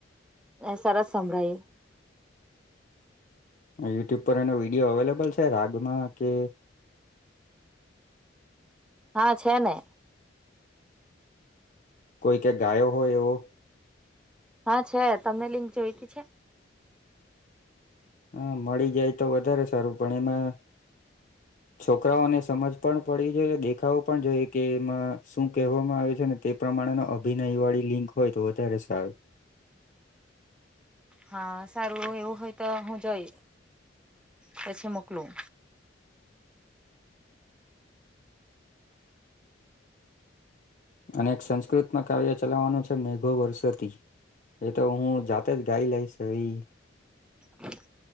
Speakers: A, in the centre; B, on the left (about 40°).
A: એ સરસ સંભળાય.
B: યુટ્યુબ પર એનો વિડીયો અવેલેબલ છે રાગમાં કે.
A: હા છે ને.
B: કોઈ કે ગાયો હોય એવો.
A: હા છે તમને લિંક જોઈતી છે.
B: હા મળી જાય તો વધારે સારું પણ એમાં છોકરાઓને સમજ પણ પડીઈ દેખાવો પણ જોઈએ કે માં શું કહેવામાં આવે છે ને તે પ્રમાણે ન અભિનય વાળી લિંક હોય તો વધારે સારું.
A: હા સારું એવું હોય તો હું જઈ પછી મોકલું.
B: અને એક સંસ્કૃત માં કાવ્ય ચલાવવાનું છે. મેઘો વર્ષોથી એ તો હું જાતે જ ગાઈ લઈશવી.
A: હ.